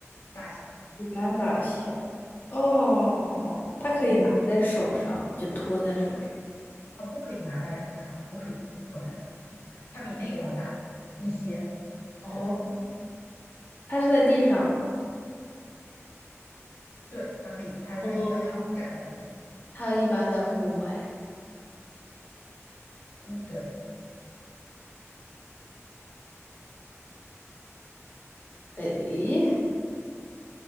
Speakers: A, on the left (about 85°); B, on the left (about 35°).
A: 大小，
B: 一般大小。哦，它可以拿在手上吗，
A: 嗯，
B: 就托在手上。
A: 它不可以拿在手上，不可以托在手上，它比那个要大一些，
B: 哦，
A: 对
B: 它是在地上。
A: 对，它可以，它它一般要站在地上，
B: 哦，它一般在户外。嗯，
A: 对，
B: 诶，